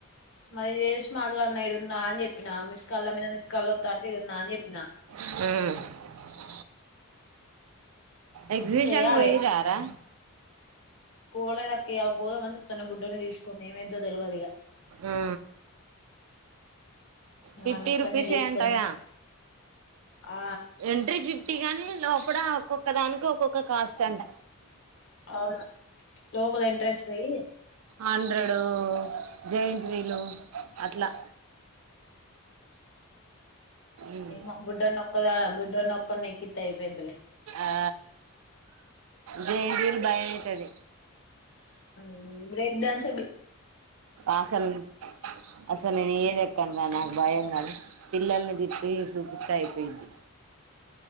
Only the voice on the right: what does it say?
హుమ్ ఎగ్జిబిషన్
కి పోయిరారా?
ఆ ఫిఫ్టీ
రుపీస్
ఏంటగా
ఎంట్రీ ఫిఫ్టీ గానీ లోపల ఒక్కొక్క దానికి ఒక్కొక్క కాస్ట్ అంట.
ఆంధ్రుడు జైంట్ వీలు అట్లా ఉమ్
ఆ జయంతిలు భయమయితది.
అసలు అసలు నేను ఏది ఎ లే కన్నా నాకు భయం కానీ పిల్లల్ని తిప్పి చూపిస్తా అయిపోయింది.